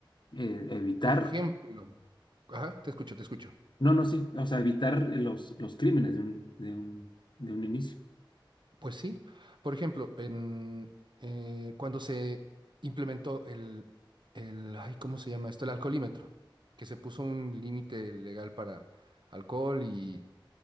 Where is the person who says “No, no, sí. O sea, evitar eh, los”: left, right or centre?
Left